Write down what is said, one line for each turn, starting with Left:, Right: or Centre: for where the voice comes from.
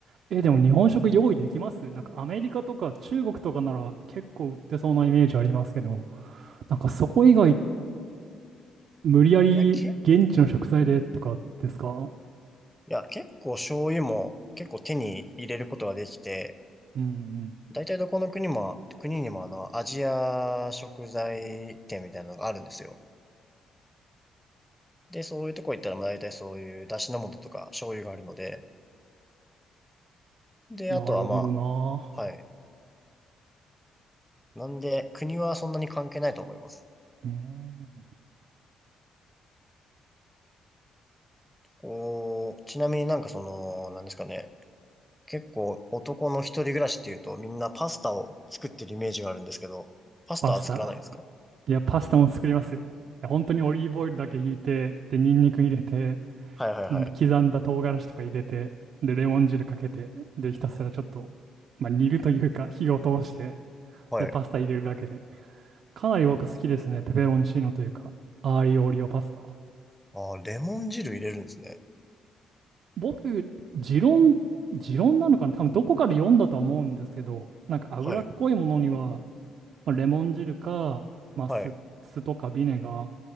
Right: え、でも日本食用意できますなんかアメリカとか中国とかなら結構売ってそうなイメージありますけど、なんかそこ以外無理やり現地の食材でとかですか
Centre: いや、け、いや、結構醤油も結構手に入れることができて、
Right: うん
Centre: 大体どこの国も、国にもあの、アジア食材店みたいなのがあるんですよ。で、そういうとこ行ったら、まあ大体そういう出汁の素とか醤油があるので、で、
Right: うん。
Centre: あとはま
Right: なるほどな。
Centre: あ、はい。なんで、国はそんなに関係ないと思います。
Right: うん。
Centre: こう、ちなみになんかその、なんですかね。結構男の一人暮らしっていうとみんなパスタを作ってるイメージがあるんですけど、パスタは作らないんですか
Right: パスタ。いや、パスタも作りますよ。いや本当にオリーブオイルだけひいて、で、ニンニク入れて、
Centre: はいはいはい。
Right: もう刻んだ唐辛子とか入れて、で、レモン汁かけて、で、ひたすらちょっと、まあ、煮るというか火を通して、
Centre: はい。
Right: で、パスタ入れるだけで。かなり僕好きですね。ペペロンチーノというか、アーリオオリオパスタは。
Centre: ああ、レモン汁入れるんですね。
Right: 僕、持論、持論なのかな多分どこかで読んだとは思うんですけど、なんか脂っこいものには、
Centre: はい。
Right: まあ、レモン汁か、まあ、
Centre: はい。
Right: 酢、酢とかビネガ